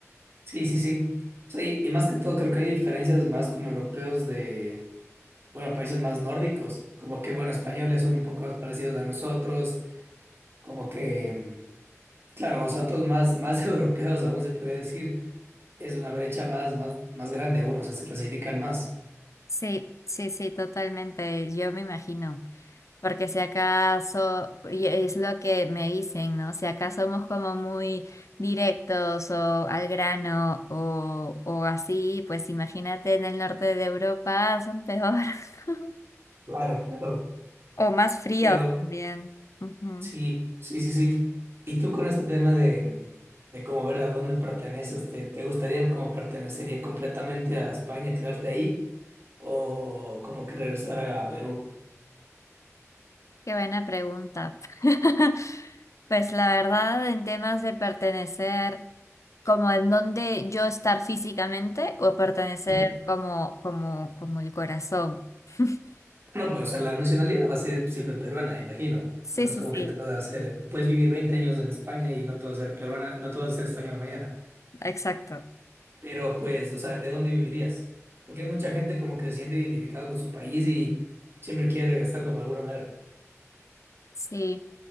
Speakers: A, on the right; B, on the left.
A: sí, sí, sí. O sea, y, y más que todo creo que hay diferencias más con europeos de, bueno, países más nórdicos, como que, bueno, españoles son un poco más parecidos a nosotros, como que, mm, claro, o sea, todos más, más <laughs> europeos aún se podría decir, es una brecha más, más, más grande aún, o sea, se clasifican más.
B: Sí, sí, sí, totalmente, yo me imagino, porque si acaso, y es lo que me dicen, ¿no? Si acaso somos como muy directos o al grano o, o así, pues imagínate en el norte de Europa son peor <laughs>
A: Claro, claro.
B: o más fríos
A: Pero
B: también. Ujú.
A: sí, sí, sí, sí. ¿Y tú con este tema de, de cómo ver a dónde perteneces, te, te gustaría como pertenecería completamente a España, quedarte ahí o como que regresar a Perú?
B: Qué buena pregunta. <laughs> Pues la verdad, en temas de pertenecer, como en dónde yo estar físicamente o pertenecer
A: Ujú.
B: como, como, como el corazón. <laughs>
A: No, pues o sea, la nacionalidad va a ser siempre peruana, me imagino.
B: Sí,
A: O sea, no
B: sí,
A: es como
B: sí,
A: que te vas a hacer, puedes vivir 20 años en España y no te vas a ser peruana, no te vas a ser española mañana.
B: exacto.
A: Pero pues, o sea, ¿de dónde vivirías? Porque hay mucha gente como que se siente identificada con su país y siempre quiere regresar como de alguna manera.
B: Sí.